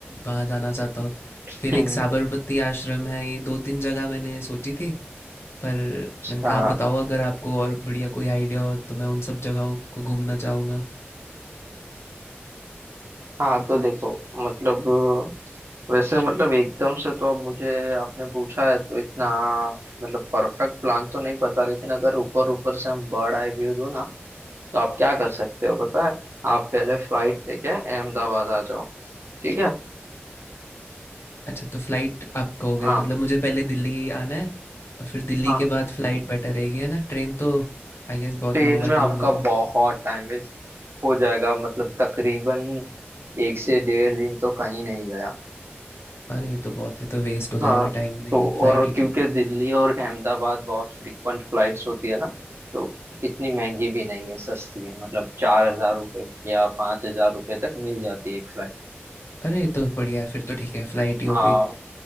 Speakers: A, on the left; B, on the right.
A: वहाँ जाना चाहता हूँ
B: हम्म,
A: फिर एक साबरमती आश्रम है ये दो तीन जगह मैंने सोची थी पर
B: अच्छा
A: मैंने कहा आप बताओ अगर आपको और बढ़िया कोई आइडिया हो तो मैं उन सब जगहों को घूमना चाहूँगा
B: हाँ तो देखो मतलब वैसे मतलब एकदम से तो अब मुझे आपने पूछा है तो इतना मतलब परफेक्ट प्लान तो नहीं पता लेकिन अगर ऊपर ऊपर से हम बर्ड आई व्यू दो ना तो आप क्या कर सकते हो पता है आप पहले फ्लाइट लेके अहमदाबाद आ जाओ ठीक है
A: अच्छा तो फ्लाइट आप कहोगे
B: हाँ
A: मतलब मुझे पहले दिल्ली आना है और फिर दिल्ली
B: हाँ
A: के बाद फ्लाइट बेटर रहेगी है ना ट्रेन तो आई गेस
B: ट्रेन
A: बहुत लंबा
B: में आपका
A: टाइम लेगा
B: बहुत टाइम वेस्ट हो जाएगा मतलब तकरीबन एक से डेढ़ दिन तो कहीं नहीं गया
A: अरे तो बहुत है तो वेस्ट हो जाएगा
B: हाँ
A: टाइम नहीं
B: तो
A: फ्लाइट
B: और
A: ही
B: क्योंकि
A: ठीक है
B: दिल्ली और अहमदाबाद बहुत फ्रीक्वेंट फ्लाइट्स होती है ना तो इतनी महंगी भी नहीं है सस्ती है मतलब चार हजार रुपये या पाँच हजार रुपये तक मिल जाती है एक फ्लाइट
A: अरे तो बढ़िया है फिर तो ठीक है फ्लाइट ही
B: हाँ
A: हो गई